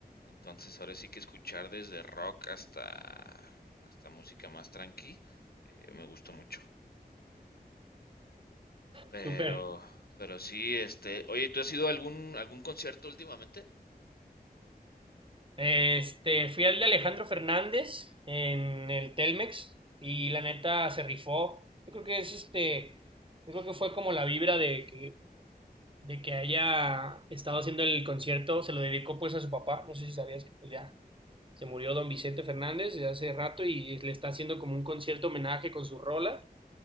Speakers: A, on the left; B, on the right.
A: entonces ahora sí que escuchar desde rock hasta hasta música más tranqui, eh, me gusta mucho. Pero
B: Súper.
A: pero sí, este, oye, ¿tú has ido a algún algún concierto últimamente?
B: Este, fui al de Alejandro Fernández en el Telmex y la neta se rifó. Yo creo que es este, yo creo que fue como la vibra de que, de que haya estado haciendo el concierto, se lo dedicó pues a su papá, no sé si sabías que pues ya se murió don Vicente Fernández desde hace rato y le está haciendo como un concierto homenaje con sus rolas